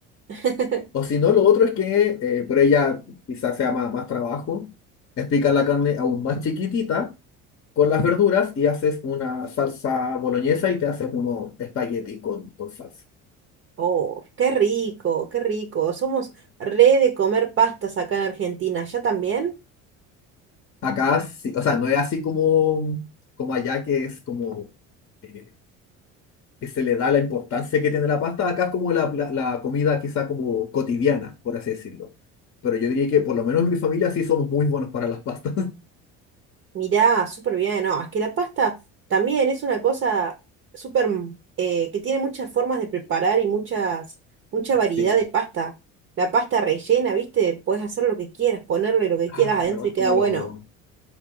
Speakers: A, on the right; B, on the left.
A: <laughs>
B: O si no, lo otro es que, eh, por ella quizás sea más, más trabajo, explicar la carne aún más chiquitita con las verduras y haces una salsa boloñesa y te haces unos espaguetis con, con salsa.
A: Oh, qué rico, qué rico. Somos re de comer pastas acá en Argentina. ¿Ya también?
B: Acá, sí, o sea, no es así como, como allá que es como eh, que se le da la importancia que tiene la pasta, acá es como la, la, la comida quizá como cotidiana, por así decirlo. Pero yo diría que por lo menos en mi familia sí somos muy buenos para las pastas. <laughs>
A: Mirá, súper bien, no, es que la pasta también es una cosa súper mm, eh, que tiene muchas formas de preparar y muchas, mucha variedad
B: Sí.
A: de pasta. La pasta rellena, ¿viste? Puedes hacer lo que quieras, ponerle lo que
B: Ah,
A: quieras adentro
B: ¿verdad?
A: y queda
B: Como,
A: bueno.
B: los